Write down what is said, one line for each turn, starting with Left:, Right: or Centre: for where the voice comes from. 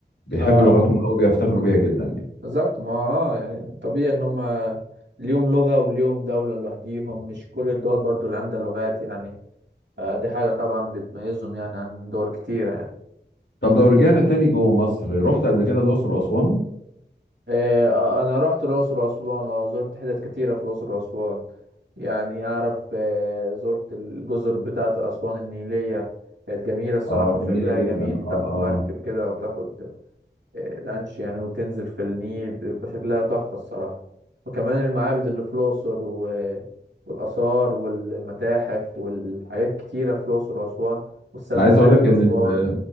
Left: بيحبوا
Right: اه
Left: لغتهم قوي بيفتخروا بيها جدا يعني
Right: بالظبط ما اه يعني طبيعي ان هم ليهم لغة وليهم دولة لوحديهم مش كل الدول برضو اللي عندها لغات يعني فدي حاجة طبعا بتميزهم يعني عن دول كتيرة يعني
Left: طب لو رجعنا تاني جوه مصر رحت قبل كده الاقصر واسوان
Right: إيه آه، انا رحت الأقصر وأسوان اه زرت حتت كتيرة في الأقصر وأسوان يعني اعرف آه، زرت الجزر بتاعة أسوان النيلية كانت جميلة الصراحة
Left: اه
Right: وشكلها
Left: جميله جدا
Right: جميل تاخد
Left: اه
Right: مركب
Left: اه
Right: كده وتاخد آه، لانش يعني وتنزل في النيل بيبقى شكلها تحفة الصراحة وكمان المعابد اللي في الأقصر و... والآثار والمتاحف والحاجات كتيرة في الأقصر وأسوان والسد
Left: انا عايز
Right: العالي
Left: اقول لك
Right: في
Left: ان
Right: أسوان